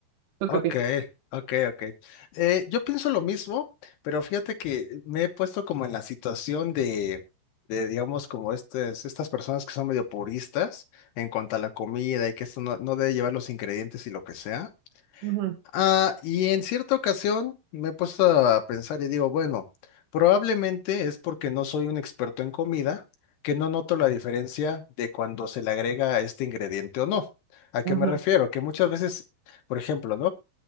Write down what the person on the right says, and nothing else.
¿Tú
qué opinas?
Ujú,
ujú.